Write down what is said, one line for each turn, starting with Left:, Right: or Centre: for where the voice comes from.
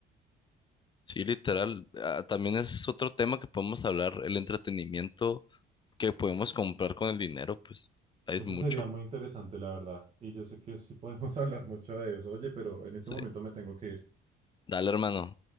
Left: Sí, literal. Ah, también es otro tema que podemos hablar, el entretenimiento. que podemos comprar con el dinero, pues es
Right: Eso
Left: mucho.
Right: sería muy interesante, la verdad. Y yo sé que sí podemos <laughs> hablar mucho de eso. Oye, pero en este
Left: Sí.
Right: momento me tengo que ir.
Left: Dale, hermano.